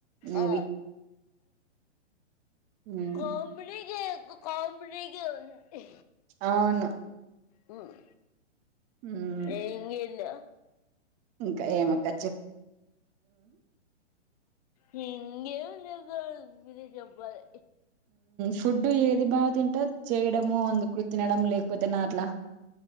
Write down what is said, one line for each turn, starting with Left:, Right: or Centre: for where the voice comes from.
Right: మూవీ
Left: ఆ
Right: ఉమ్,
Left: కామెడీ ఇ కామిడిగ ఉంది
Right: అవును
Left: హ్మ్
Right: ఉమ్,
Left: ఎంగిల
Right: ఇంకా ఏమక్క చెప్
Left: హింగే లే మీరే చెప్పాలి
Right: ఫుడ్ ఏది బాగా తింటారు చేయడము అందుకు తినడం లేకపోతే నాట్లా